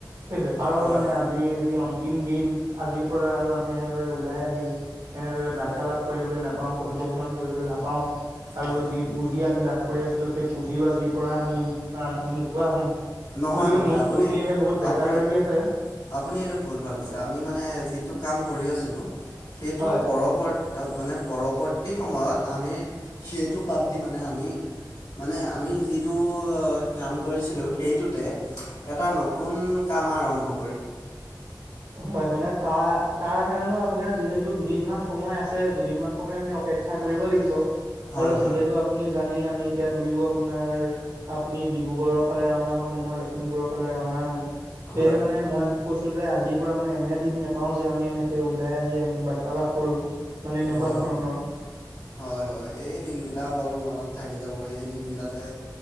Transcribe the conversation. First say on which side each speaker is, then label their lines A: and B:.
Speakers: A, on the right (about 65°); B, on the left (about 80°).
A: সেই বেপাৰৰ
B: হয়
A: মানে আজি যি অন্তিম দিন, আজিৰ পৰা আৰু আমি এনেদৰে ওলাই আহি এনেদৰে
B: হয় হয়
A: বাৰ্তালাপ কৰিবলৈ নাপাওঁ, কথোপকথন কৰিবলৈ নাপাওঁ, আৰু
B: হয়
A: যি পুঁজি আমি লাভ কৰি আছিলোঁ, সেই পুঁজিও আজিৰ পৰা আমি নোপোৱা হ'ম
B: নহয়
A: গতিকে
B: নহয়
A: মনটো
B: আপুনি
A: সেয়েহে বহুত বেজাৰ
B: আপুনি
A: লাগি আছে
B: আপুনি এইটো ভুল ভাবিছে, আমি মানে যিটো কাম কৰি আছিলোঁ, সেইটোৰ
A: হয়
B: পৰৱৰ্ত মানে পৰৱৰ্তী সময়ত আমি সেইটো বাদ দি মানে আমি মানে আমি যিটো কাম কৰিছিলোঁ, সেইটোতে এটা নত তুন কাম আৰম্ভ কৰিম।
A: হয়, মানে তাৰ তাৰ কাৰণেও আপোনাৰ যিহেতু দুদিনমান সময় আছে, দুদিনমান সময় আমি অপেক্ষা কৰিব লাগিব
B: হয়
A: আৰু যিহেতু
B: হয়
A: আপুনি জানেই আমি এতিয়া দুয়ো আপোনাৰ আপুনি ডিব্ৰুগড়ৰ ফালে ৰাওনা হ'ব, মই লখিমপুৰৰ ফালে ৰাওনা হ'ম সেয়েহে
B: হয়
A: মানে মই কৈছো যে আজি। মানে এনে দিন নোপাও যে আমি এনেকে ওলাই আহি আমি বাৰ্তালাপ কৰো। মানে এনেকুৱা
B: হয়
A: ধৰণৰ
B: হয়। হয় হয় এই দিনকেইটা বাৰু মনত থাকি যাব এই দিনকেইটাতে।